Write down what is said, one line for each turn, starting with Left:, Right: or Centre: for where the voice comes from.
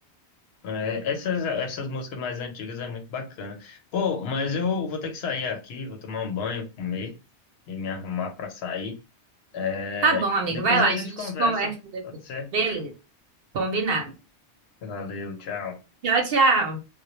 Left: É, essas, essas músicas mais antigas é muito bacana. Pô, mas eu vou ter que sair aqui, vou tomar um banho, comer e me arrumar pra sair. É,
Right: Tá bom, amigo,
Left: depois
Right: vai lá,
Left: a
Right: a
Left: gente
Right: gente
Left: conversa,
Right: conversa depois.
Left: pode ser?
Right: Beleza, combinado.
Left: Valeu, tchau.
Right: Tchau, tchau.